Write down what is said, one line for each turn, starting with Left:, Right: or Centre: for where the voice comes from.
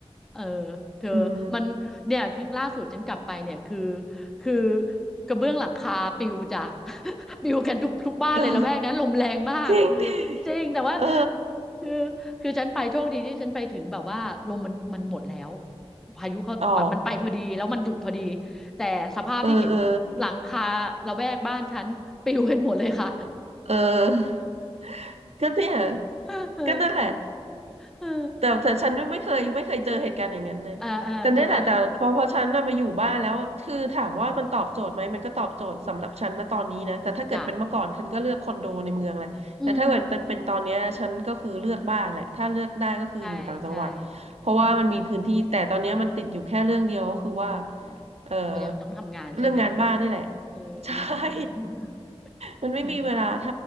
Centre: เออเธอมันเนี่ยที่ล่าสุดฉันกลับไปเนี่ยคือ
Right: อืม
Centre: คือกระเบื้องหลังคาปลิวจ้ะ <laughs> ปลิวกันทุกทุกบ้านเลยละแวกนั้นลมแรงมาก
Right: <laughs> เออจริงดิ
Centre: คือจริงแต่ว่า
Right: เออ
Centre: คือคือฉันไปโชคดีที่ฉันไปถึงแบบว่าลมมันมันหมดแล้ว พายุเขามันไปพอดีแล้วมันหยุดพอดี
Right: อ๋อ
Centre: แต่สภาพที่เห็นหลังคาระแวกบ้านฉันปลิวกันหมดเลยค่ะ
Right: เออเออเออก็เนี่ย
Centre: <laughs> เออ
Right: ก็นั่นแหละ
Centre: เออ
Right: แต่แต่ฉันไม่เคยไม่เคยเจอเหตุการณ์อย่างนั้นเลยแต่เนี่ยแหละแต่พอพอฉันน่ะมาอยู่บ้านแล้วคือถามว่ามันตอบโจทย์ไหมมันก็ตอบโจทย์สำหรับฉันนะตอนนี้นะแต่ถ้าเกิดเป็นเมื่อก่อนฉันก็เลือกคอนโดในเมืองแหละแต่ถ้าเกิดเป็นตอนเนี้ยฉันก็คือเลือกบ้านแหละถ้าเลือกได้ก็คืออยู่ต่างจังหวัดเพราะว่ามันมีพื้นที่แต่ตอนเนี้ยมันติดอยู่แค่เรื่องเดียวก็คือว่า
Centre: อ่าอ่าเจออ่าจ้ะอืมใช่ใช่อืมอืม
Right: เออ
Centre: เรายังต้องทำงานใช่ไหม
Right: เรื่องงานบ้านนี่แหละ
Centre: เออ
Right: <laughs>
Centre: <laughs>
Right: ใช่ <laughs> มันไม่มีเวลาท
Centre: อืม